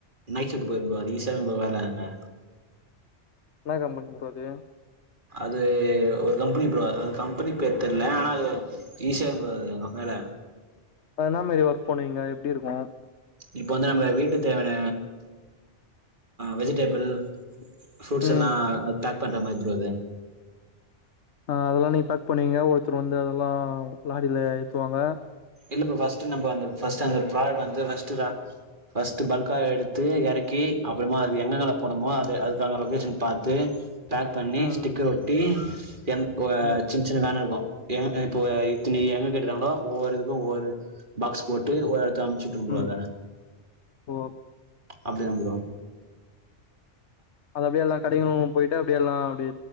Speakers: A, on the right; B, on the left.
A: நைட் ஷிப்ட்டு போயிருவே ப்ரோ அது ஈஸியா இருக்கு வேல அங்க
B: என்ன கம்பனி ப்ரோ அது
A: அது ஒரு கம்பனி ப்ரோ அது கம்பனி பேரு தெர்ல ஆனா அது ஈஸியா ப்ரோ அது வேல
B: ஆ... என்னா மாரி ஒர்க் பண்ணுவீங்க எப்டி இருக்கு
A: இப்ப வந்து நம்ப வீட்டு தேவயான வெஜிடேபிள் ஃப்ரூட்ஸ்
B: ம்
A: எல்லா பேக் பண்ற மாரி ப்ரோ அது
B: ஆ அதெல்லா நீங்க பேக் பண்ணுவீங்க ஒருத்தர் வந்து அதெல்லா லாரில ஏத்துவாங்க
A: இல்ல ப்ரோ ஃபஸ்ட் நம்ம அந்த ஃபஸ்ட் அந்த ப்ராடு அந்த ஃபஸ்டுரா பஸ்ட்டு பல்கா எடுத்து எறக்கி அப்றமா அது எங்கங்கல்லா போனுமோ அது அதுதகுந்த லொகேஷன் பாத்து பேக் பண்ணி
B: ம்
A: ஸ்டிக்கர் ஒட்டி என் ஒ
B: ம்
A: சின் சின்ன வேல இருக்கு எ இப்போ இதின்னி எங்க கேட்டுருக்காங்களோ ஒவ்வொருதுக்கு ஒவ்வொரு பாக்ஸ் போட்டு ஓர் த்த அமச்சுவுற்றுவோ ப்ரோ
B: ம் ம்
A: அத
B: ஓ
A: அப்டி தா ப்ரோ
B: அது அப்டியே எல்லா கடையு போயிட்டு அப்டியேல்லா அப்டி